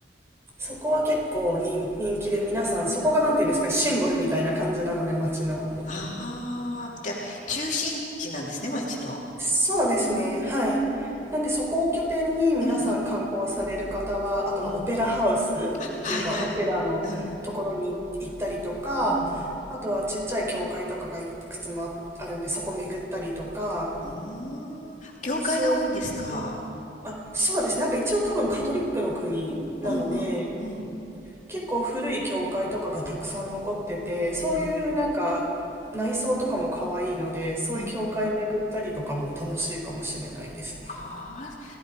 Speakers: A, on the right (about 15°); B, on the left (about 45°).
A: そこは結構人、人気で皆さん、そこがなんていうんですか、シンボルみたいな感じなので、街の。
B: ああ、じゃあ、中心地なんですね、町の。
A: そうですね。
B: うーん。
A: はい。なんで、そこを拠点に皆さん観光される方は、
B: うん。
A: あとはオペラハウスというか、
B: うん。あ、はいはい。
A: オペラのところに行ったりとか、
B: うん。うん。
A: あとはちっちゃい教会とかがいくつもあるんで、
B: うん。
A: そこ巡ったりとか、
B: うーん。教会が多いんですか
A: そういう感じ。あ、そうですね。なんか一応多分カトリックの国なので、
B: うんうん。うん。
A: 結構古い教会とかがたくさん残ってて、そういうなんか内装とかも可愛いので、
B: うん。
A: そういう教会巡ったりとかも楽しいかもしれないですね。
B: うん。ああ、